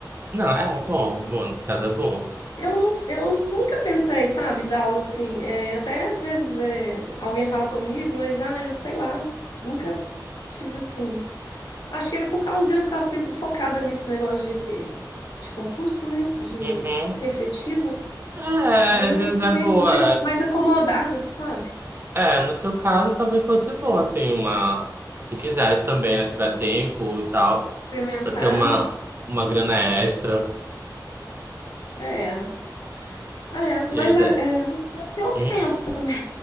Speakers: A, on the right; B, on the left.
A: Não, é bom, bom, nesse caso é bom.
B: Eu, não eu nunca pensei, sabe, em dar aula assim. É, até às vezes é, alguém fala comigo, mas ah, eu sei lá, nunca tive assim. Acho que é por causa de eu estar sempre focada nesse negócio de, de concurso, né? De
A: Uhum.
B: ser efetiva.
A: É,
B: Aí eu
A: às vezes
B: sou
A: é
B: meio
A: boa.
B: mais, mais acomodada, sabe?
A: É, no teu caso, talvez fosse bom, assim, uma. Se tu quiseres também, né? Tiver tempo e tal,
B: Experimentar,
A: pra ter uma,
B: né?
A: uma grana extra.
B: É. Ah, é. Mas
A: E aí.
B: é,
A: dá-
B: é, até o
A: Hum?
B: tempo também.